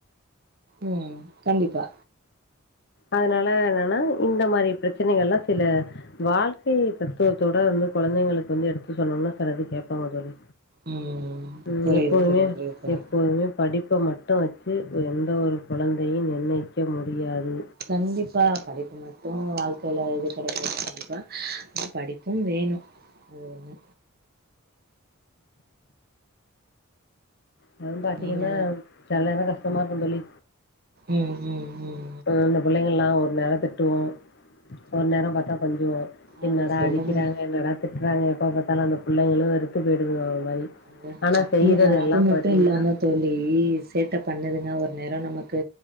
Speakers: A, on the right; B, on the left.
A: ம் கண்டிப்பா.
B: அதுனால என்னன்னா இந்த மாரி பிரச்சினைகள்லா சில வாழ்க்கை தத்துவத்தோட வந்து குழந்தைங்களுக்கு வந்து எடுத்து சொன்னம்னா செல இது கேப்பாங்க தோழி.
A: ம்
B: ம்
A: புரியுது
B: எப்போதுமே
A: தோழி புரியுது தோழி
B: எப்போதுமே படிப்ப மட் டு வெச்சு அ எந்த ஒரு குழந்தையும் நிர்ணயிக்க முடியாது.
A: கண்டிப்பா படிப்பு மட்டு வாழ்க்கைல இது கெடையாது கண்டிப்பா ஆனா படிப்பும் வேணு. ஓன்னு
B: அதுவும் பாத்திங்கன்னா
A: நீங்க
B: செல நேரங் கஷ்டமாருக்கு தோழி.
A: ம் ம் ம்.
B: இப்போ இந்த பிள்ளைங்கள்லா ஒரு நேரந் திட்டுவோ ஒரு நேரம் பாத்தா கொஞ்சுவோ. என்னடா
A: அத சொல்லுங்க
B: அடிக்கிறாங்க என்னடா திட்றாங்க‌ எப்ப பாத்தாலு அந்த புள்ளைங்குளு இருக்குது <unintelligible> ஒரு‌ மாரி
A: அது
B: ஆனா செய்யறது
A: இல்ல அது
B: எல்லா
A: மட்டு
B: பாத்தீங்கன்னா
A: இல்லாம தோழி சேட்ட பண்ணுதுங்க ஒர் நேரோ நமக்கு